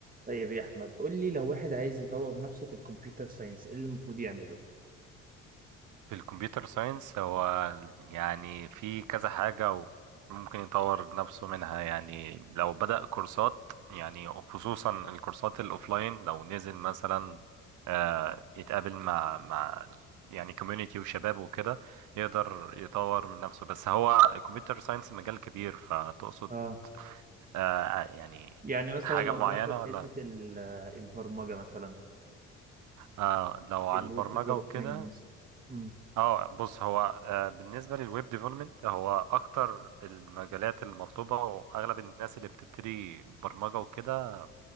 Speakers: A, on the right; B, on the right.
A: طيب يا احمد قول لي لو واحد عايز يطور نفسه في الكمبيوتر ساينس ايه اللي المفروض يعمله
B: في الكمبيوتر ساينس هو يعني في كذا حاجة وممكن يطور نفسه منها يعني لو بدأ كورسات يعني خصوصا الكورسات الأوفلاين لو نزل مثلا آه، يتقابل مع مع يعني كوميونيتي وشباب وكده يقدر يطور من نفسه بس هو الكمبيوتر ساينس مجال كبير فتقصد
A: اه
B: آه يعني
A: يعني مثلا
B: حاجة
A: لو
B: معينة
A: هناخد
B: ولا
A: حتة ال- البرمجة مثلا
B: آه لو على
A: الويب
B: البرمجة
A: ديفلوبمنت
B: وكده
A: مثلا امم
B: اه بص هو آه، بالنسبه للويب ديفلوبمنت هو اكتر المجالات المطلوبه واغلب الناس اللي بتبتدي برمجه وكده